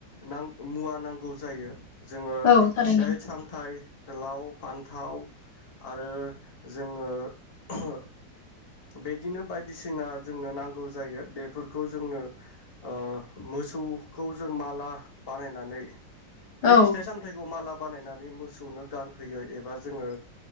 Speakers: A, on the left; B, on the left.
A: नां मुवा नांगौ जायो। जोङो
B: औ थारैनो
A: फिसाइ -सामथाइ लाव, फान्थाव आरो जोङो <unintelligible> बिदिनो बायदिसिना जोंनो नांगौ जायो बेफोरखौ जोंनो ओ मोसौखौ जों माला बानायनानै बै
B: औ
A: फिथाइ -सामथायाइखौ माला बानायनानै मोसौनो गानहोयो एबा जोङो